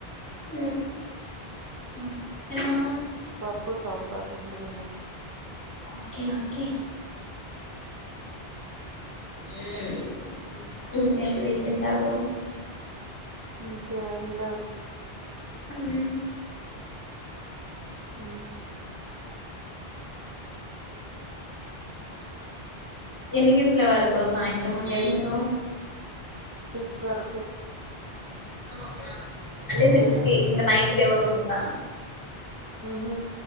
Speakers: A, on the left; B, on the right.
A: మ్
B: పప్పు సాంబార్ రెండు తిన్న
A: ఓకే ఓకే మ్ ఇంకేంటి విశేషాలు
B: ఇంకేం లేదు
A: మ్
B: మ్
A: ఎన్ని గంటల వరకు సాయంత్రం వెళ్ళేది మీరు
B: సిక్స్ వరకు
A: అవునా అంటే సిక్స్ కి ఇంకా నైట్ కి ఎవరు ఉండరా
B: మ్ హు